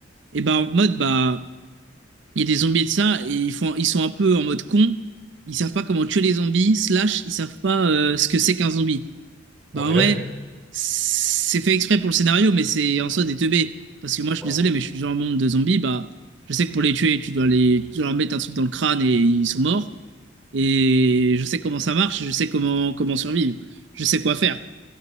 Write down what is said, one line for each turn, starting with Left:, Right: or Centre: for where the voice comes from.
Right: Et bah, en mode, bah, il y a des zombies et de ça, et ils, font, ils sont un peu en mode con. Ils savent pas comment tuer les zombies, slash, ils savent pas euh, ce que c'est qu'un zombie.
Centre: Ok.
Right: Bah en
Centre: Ouais.
Right: vrai, c'est fait exprès pour le scénario, mais c'est en soi des teubés. Parce que moi, je
Centre: Ouais,
Right: suis désolé, mais je suis du genre monde de zombies. Bah, je sais que pour les tuer, tu dois les, tu dois leur mettre un truc dans le crâne et ils sont morts. Et je sais comment ça marche, et je sais comment comment survivre, je sais quoi faire.